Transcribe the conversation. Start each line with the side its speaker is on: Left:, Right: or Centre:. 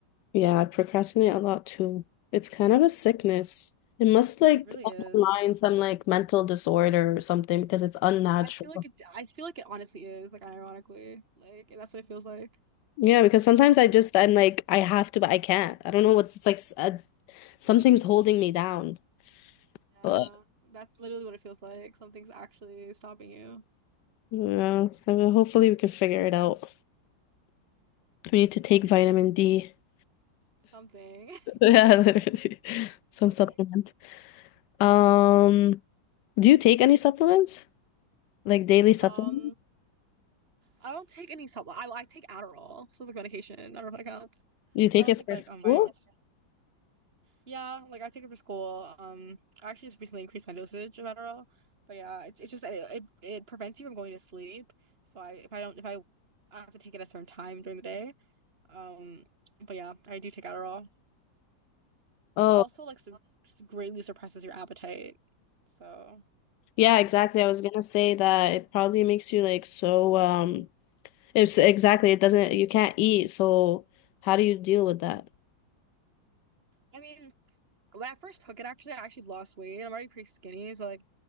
Left: Yeah, I procrastinate a lot too. It's kind of a sickness. It must like
Right: it really
Left: underline
Right: is.
Left: some like mental disorder or something because it's unnatural.
Right: I feel like it. I feel like it honestly is. Like ironically, like that's what it feels like.
Left: Yeah, because sometimes I just I'm like I have to, but I can't. I don't know what's it's like s- uh, something's holding me down.
Right: Yeah,
Left: But
Right: that's literally what it feels like. Something's actually stopping you.
Left: yeah, I mean, hopefully we can figure it out. We need to take vitamin D. <laughs>
Right: Something,
Left: Yeah, literally. Some
Right: <laughs> something.
Left: supplement. Um, do you take any supplements? Like daily supplements?
Right: Um, I don't take any supplement. I I take Adderall, so it's like medication. I don't know if that counts.
Left: Do you take
Right: I don't
Left: it
Right: take
Left: for
Right: like
Left: school?
Right: um vitamins. Yeah, like I take it for school. Um, I actually just recently increased my dosage of Adderall, but yeah, it's it's just that it, it it prevents you from going to sleep. So I if I don't if I I have to take it at a certain time during the day. Um, but yeah, I do take Adderall.
Left: Oh,
Right: It also like su greatly suppresses your appetite. So
Left: yeah, exactly. I
Right: that's
Left: was gonna say that it probably makes you like so um it's exactly it doesn't you can't eat, so how do you deal with that?
Right: I mean, when I first took it, actually, I actually lost weight. I'm already pretty skinny, so like